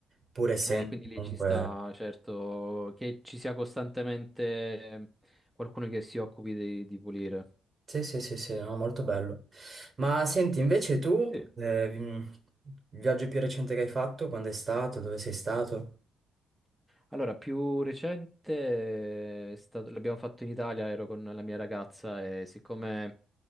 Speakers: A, on the right (about 30°); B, in the centre.
A: pur essendo
B: Eh, quindi lì
A: comunque...
B: ci sta, certo, che ci sia costantemente eh, qualcuno che si occupi di, di pulire.
A: Sì, sì, sì, sì, no, molto bello. Ma senti, invece tu,
B: Sì,
A: eh, il viaggio più recente che hai fatto, quando è stato, dove sei stato?
B: Allora, più recente eh, è stato- l'abbiamo fatto in Italia, ero con la mia ragazza e siccome